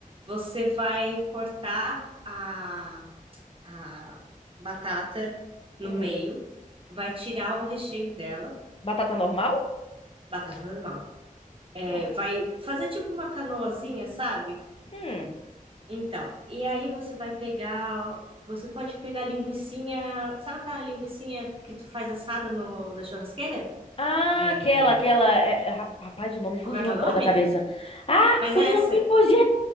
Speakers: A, on the right; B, on the left.
A: Você vai cortar a, a batata no
B: Hum,
A: meio, vai tirar o recheio dela,
B: batata normal?
A: batata normal. É,
B: Hum.
A: vai fazer tipo uma canoazinha, sabe?
B: Hum.
A: Então, e aí você vai pegar, você pode pegar linguiçinha, sabe aquela linguiçinha que tu faz assada no, na churrasqueira?
B: Ah,
A: É,
B: aquela, aquela. é, é, ra- rapaz, o nome fugiu
A: como é que
B: agora
A: é o nome?
B: da cabeça. Ah,
A: Mas
B: o
A: é
B: nome
A: essa,
B: fugiu!